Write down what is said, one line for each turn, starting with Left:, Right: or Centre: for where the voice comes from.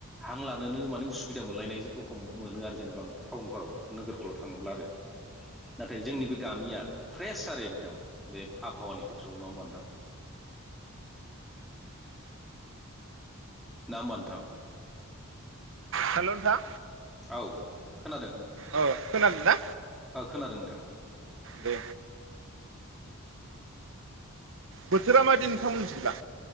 Centre: हां लानोनो माने उसुबिदा मोनलायनाय रखम मोनो आरो जेनेबा टाउनफोराव नोगोरफोराव थाङोब्ला आरो नाथाय जोंनि बे गामिया फ्रेस आरो एकदम बे आबहावानि खेथ्रआव नङा होमबा नोंथां ना होनबा नोंथां
Right: हेल' नोंथां
Centre: औ खोनादों
Right: औ खोनादों ना
Centre: औ खोनादों नोंथां
Right: दे बोथोरा मायदि नोंथांमोनमि थिंजा